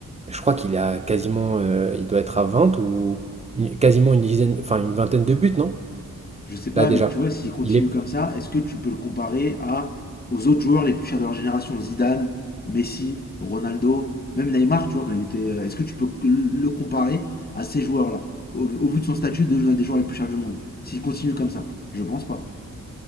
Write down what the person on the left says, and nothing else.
Je sais pas,
mais tu vois, s'il continue
comme ça, est-ce que tu peux le comparer à aux autres joueurs les plus chers de leur génération, Zidane, Messi, Ronaldo, même Neymar, tu vois, quand il était. euh, Est-ce que tu peux que le comparer à ces joueurs-là, au, au vu de son statut de l'un des joueurs les plus chers du monde S'il continue comme ça, je pense pas.